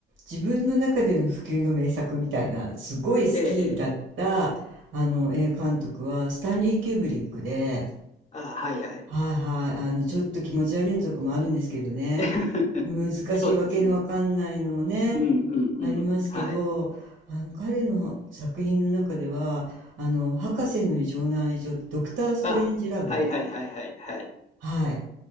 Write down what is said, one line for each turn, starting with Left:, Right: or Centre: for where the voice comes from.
Right: 自分の中での不朽の名作みたいな、すごい好きだった、
Left: ええ、ええ。
Right: あの、映画監督は、スタンリー・キューブリックで、
Left: あ、はいはい。
Right: はいはい、あの、ちょっと気持ち悪いのとかもあるんですけどね。
Left: <laughs>
Right: 難しいわけのわかんないのもね、
Left: そうですね。うんうんうん。
Right: ありますけど、
Left: はい。
Right: あの彼の作品の中では、あの「博士の異常な愛情」ドクター・ストレンジ・
Left: あ、
Right: ラブ、
Left: はいはいはいはいはい。
Right: はい。